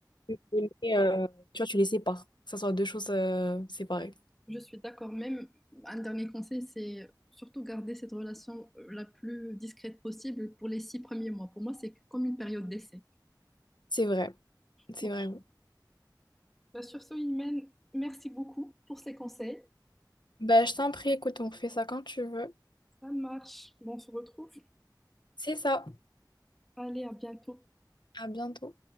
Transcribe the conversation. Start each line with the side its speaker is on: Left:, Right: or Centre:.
Left: tu les euh, tu vois, tu les sépares. Que ce soit deux choses euh, séparées.
Centre: Je suis d'accord. Même un dernier conseil, c'est surtout garder cette relation euh, la plus discrète possible pour les six premiers mois. Pour moi, c'est comme une période d'essai.
Left: C'est vrai. C'est
Centre: Bon,
Left: vrai.
Centre: bah, sur ce, Imen, merci beaucoup pour ces conseils.
Left: Ben, je t'en prie, écoute, on fait ça quand tu veux.
Centre: Ça marche. Bon, on se retrouve.
Left: C'est ça.
Centre: Allez, à bientôt.
Left: À bientôt.